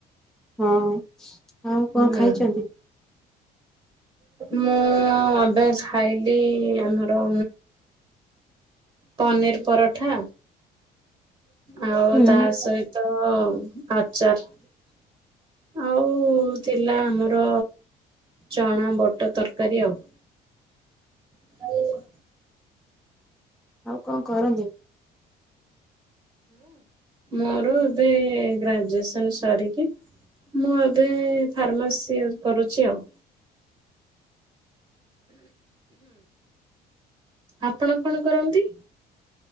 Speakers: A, in the centre; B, on the right.
A: ହଁ! ଆଉ କ'ଣ
B: ହୁଁ
A: ଖାଇଚନ୍ତି?
B: ମୁଁ ଅବେ ଖାଇଲି ଆମ୍ର ପନିର୍ ପରଠା। ଆଉ
A: ହୁଁ
B: ତା'ସହିତ ଆଚାର୍ ଆଉ ଥିଲା, ଆମ୍ର ଚଣା ବଟ ତରକାରୀ ଆଉ। ଆ
A: ଆଉ ଙ୍କ କରନ୍ତି?
B: ମୋର ଏବେ ଗ୍ରାଜୁଏ ମୁଁ ଏବେ ଫାର୍ମାସି କରୁଚି ଆଉ ଆପଣ କ'ଣ କରନ୍ତି?